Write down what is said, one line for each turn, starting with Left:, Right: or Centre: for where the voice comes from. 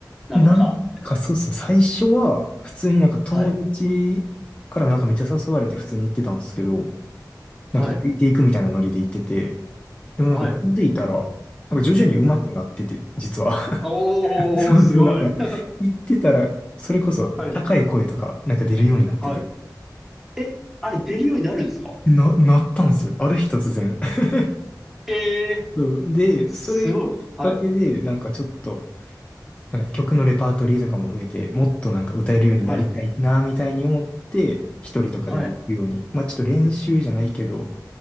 Centre: なのか、
Left: なんかそうっすね。
Centre: みたいな。
Left: 最初は普通になんか友達からなんかめっちゃ誘われて普通に行ってたんですけど、
Centre: はい。
Left: なんかついていくみたいなノリで行ってて、
Centre: はい。
Left: でもなんか気づいたら、
Centre: はい。
Left: なんか徐々に上手くなってて、
Centre: はい。
Left: 実は。<laughs>
Centre: おー、
Left: そうそう、
Centre: すごい。
Left: なんか、
Centre: <laughs>
Left: 行ってたら、それこそ高い声とか、
Centre: はい。
Left: なんか出るようになってて、
Centre: はい。え、あれ出るようになるんですか
Left: な、なったんですよ。ある日突然。<laughs>
Centre: ええ
Left: そう、で、
Centre: すごい。
Left: それきっかけで、
Centre: はい。
Left: なんかちょっと、なんか曲のレパートリーとかも増えて、もっとなんか歌えるようになりたいな、
Centre: はい。
Left: みたいに思って、一人とかでも行くように。
Centre: はい。
Left: まあちょっと練習じゃないけど、